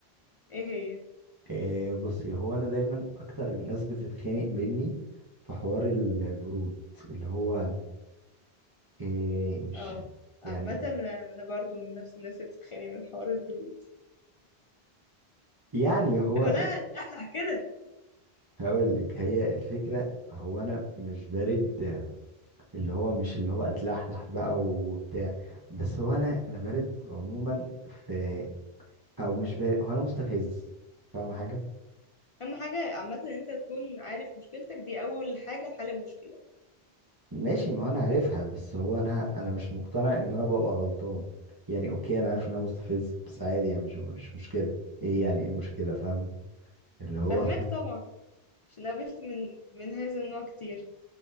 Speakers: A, on the left; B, on the right.
A: ايه هي
B: إيه بصي هو انا دايما اكتر الناس بتتخانق مني في حوار البرود اللي هو إيه مش
A: اه عامة
B: يعني
A: انا أنا برضو من نفس الناس اللي بتتخانق من حوار البرود
B: يعني هو
A: لو لا تلحلح كده
B: هقول لك هي الفكرة هو انا مش بارد اللي هو مش اللي هو اتلحلح بقى وبتاع بس هو انا انا بارد عموما في او مش بارد هو انا مستفز فاهم حاجه
A: اهم حاجة عامة ان انت تكون عارف مشكلتك دي اول حاجة لحل المشكلة
B: ماشي ما هو انا عارفها بس هو انا انا مش مقتنع ان انا ببقى غلطان يعني اوكي انا عارف ان انا مستفز بس عادي يعني مش مش مشكله ايه يعني ايه المشكله فاهمه اللي هو
A: فهماك
B: <laughs>
A: طبعا عشان قابلت من من هذا النوع كتير